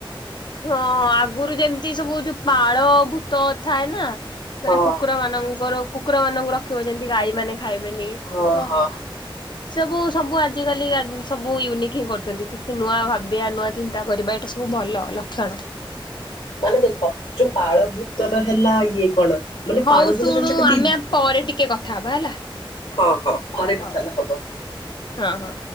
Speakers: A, on the left; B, on the left.
A: ହଁ ଆଗୁରୁ ଯେମିତି ସବୁ ଯଉ ପାଳ ଭୂତ ଥାଏ ନା। ମାନେ
B: ହଁ
A: କୁକୁର ମାନଙ୍କର କୁକୁର ମାନଙ୍କୁ ରଖିବ ଯେମତି ଗାଈ ମାନେ ଖାଇବେନି
B: ହଁ
A: ତ
B: <inaudible>
A: ସବୁ ସବୁ ଆଜିକାଲି ଆଜ ସବୁ ୟୁନିକି ହିଁ କରୁଛନ୍ତି କିଛି ନୂଆ ଭାବିବା ନୂଆ ଚିନ୍ତା କରିବା ଏଟା ସ ତୁ ଭଲ ଲକ୍ଷଣ।
B: ମାନେ ଦେଖ ଯୋଉ ପାଳଭୂତର ହେଲା ଇଏ କଣ? ମାନେ
A: ହଉ
B: ପାଳ ଭୂତ
A: ଶୁଣୁ
B: ଜାଣିଛ କେମିତି
A: ଆମେ ପରେ ଟିକେ କଥା ହେବା ହେଲା।
B: ହଁ ହଁ ପରେ କଥା
A: ହଉ
B: ହେଲେ ହବ।
A: ହଁ ହଁ।